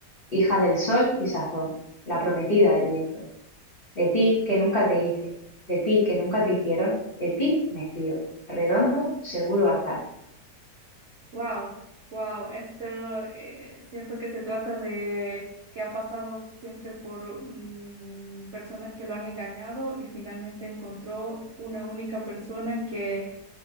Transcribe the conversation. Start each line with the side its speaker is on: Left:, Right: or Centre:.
Left: hija del sol y sazón, la prometida del viento. De ti que nunca te hice, de ti que nunca te hicieron, de ti me fío. Redondo, seguro azar.
Right: Wow, wow, esto eh, siento que se trata de que ha pasado siempre por mm, personas que lo han engañado y finalmente encontró una única persona que,